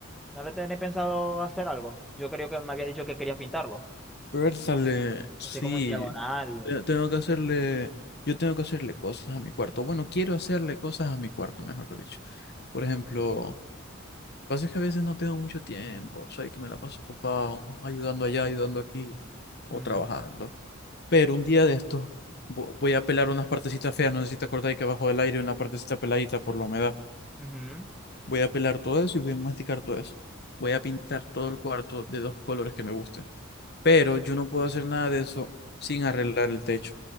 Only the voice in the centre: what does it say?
¿No le tenés pensado hacer algo? Yo creo que me habías dicho que querías pintarlo.
Así como en diagonal.
Mm,
ujú,